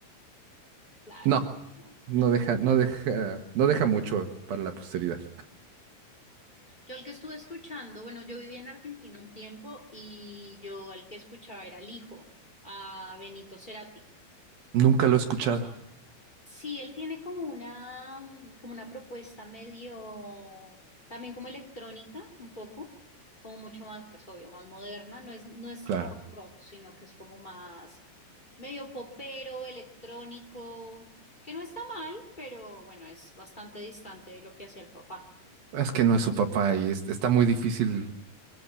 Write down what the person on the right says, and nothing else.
No,
no
deja, no deja, no deja mucho para la posteridad.
Nunca lo he escuchado.
Claro.
Es que no es su papá y es- está muy difícil